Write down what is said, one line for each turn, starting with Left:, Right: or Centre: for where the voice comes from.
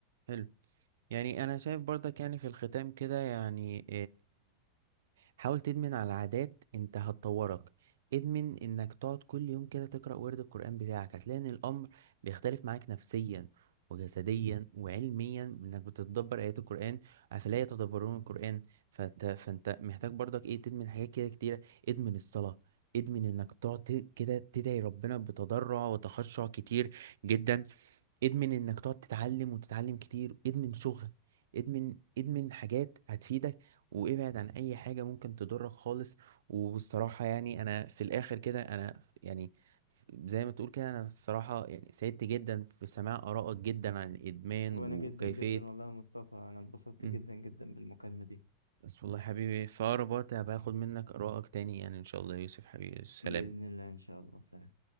Right: حلو يعني انا شايف برضك يعني في الختام كده يعني حاول تدمن على عادات انت هتطورك ادمن انك تقعد كل يوم كده تقرأ ورد القرآن بتاعك هتلاقي ان الامر بيختلف معاك نفسيا وجسديا وعلميا انك بتتدبر ايات القرآن افلا يتدبرون القرآن فت... فانت محتاج برضك ايه تدمن حاجات كده كتيرة ادمن الصلاة ادمن انك تقعد ت- كده تدعي ربنا بتضرع وتخشع كتير جدا ادمن انك تقعد تتعلم وتتعلم كتير ادمن شغل ادمن ادمن حاجات هتفيدك وابعد عن اي حاجة ممكن تضرك خالص وبالصراحة يعني انا في الاخر كده انا يعني زي ما تقول كده انا الصراحة يعني سعدت جدا في سماع آرائك جدا عن الادمان
Left: وانا
Right: وكيفية
Left: جدا جدا والله يا مصطفى انا اتبسطت
Right: مم.
Left: جدا جدا بالمكالمة دي
Right: بس والله حبيبي في اقرب وقت هبقى اخد منك آرائك تاني يعني ان شاء الله يا يوسف حبيبي السلام
Left: بإذن الله ان شاء الله سلام